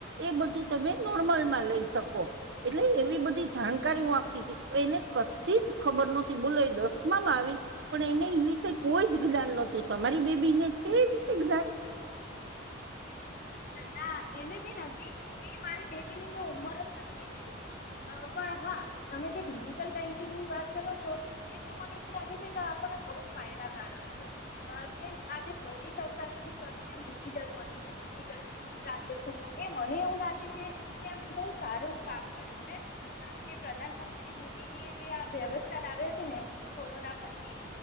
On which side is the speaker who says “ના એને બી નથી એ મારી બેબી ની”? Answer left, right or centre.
Left